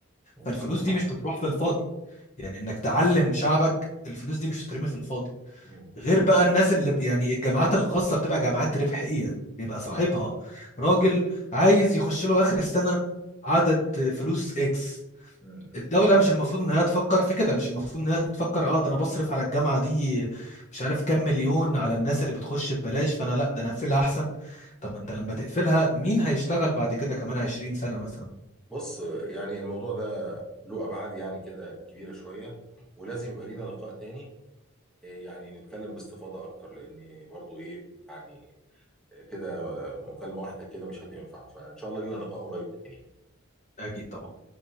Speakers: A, in the centre; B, on the left.
A: مم.
B: فالفلوس
A: عندك
B: دي
A: حق
B: مش بتروح في الفاضي يعني انك تعلم شعبك الفلوس دي مش هترمي في الفاضي
A: مم.
B: غير بقى الناس اللي ب- يعني الجامعات الخاصة بتبقى جامعات ربحية بيبقى صاحبها راجل عايز يخش له آخر السنة عدد فلوس اكس
A: مم.
B: الدولة مش المفروض إنها تفكر في كده مش المفروض إنها تفكر أه ده أنا بصرف على الجامعة دي مش عارف كام مليون على الناس اللي بتخش ببلاش فأنا لأ ده أنا أقفلها أحسن طب ما
A: مم.
B: أنت لما تقفلها مين هيشتغل بعد كده كمان 20 سنة مثلا
A: بص يعني الموضوع ده له ابعاد يعني كده كبيره شويه ولازم يبقى لينا لقاء تاني إيه، يعني نتكلم باستفاضه اكتر لان برضو ايه يعني إيه كده مكالمه واحده كده مش هتنفع فان شاء الله لينا لقاء قريب تاني يعني.
B: أكيد طبعا